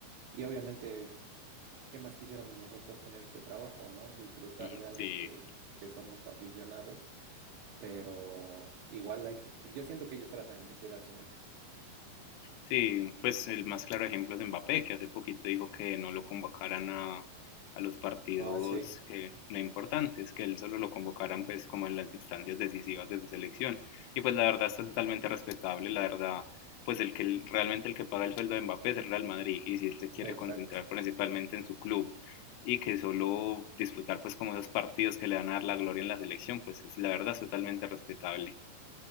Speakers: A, on the right (about 70°); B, on the left (about 80°).
A: Y obviamente ¿Qué más quisiéramos nosotros tener ese trabajo, ¿no? Disfrutar
B: Sí,
A: de algo que, que somos aficionados, pero igual hay que, yo siento que ellos tratan de cuidarse mucho.
B: Sí, pues el más claro ejemplo es Mbappé, que hace poquito dijo que no lo convocaran a, a los partidos
A: Ah, sí,
B: que, no importantes, que él solo lo convocaran pues como en las instancias decisivas de su selección. Y pues la verdad es totalmente respetable, la verdad, pues el que el- realmente el que paga el sueldo de Mbappé es el Real Madrid, y si él se quiere
A: exacto.
B: concentrar principalmente en su club y que solo disputar pues como esos partidos que le van a dar la gloria en la selección, pues es, la verdad es totalmente respetable.